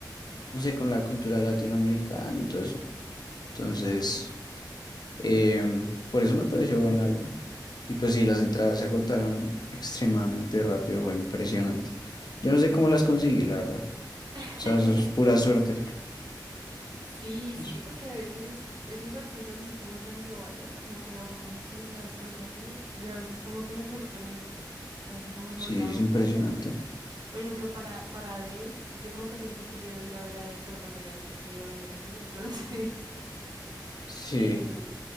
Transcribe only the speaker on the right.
Ah.
<laughs>
Sí, sí,
porque a veces esos artistas así como tan globales, como que agotan las entradas tan rápido. Y a veces como que me sorprendo, que hacen como sold
out,
así que... Por ejemplo, para, para Adele, yo como que siempre he querido ir a ver a Adele, pero pues ella nunca ha querido venir aquí, entonces... <laughs>
eh,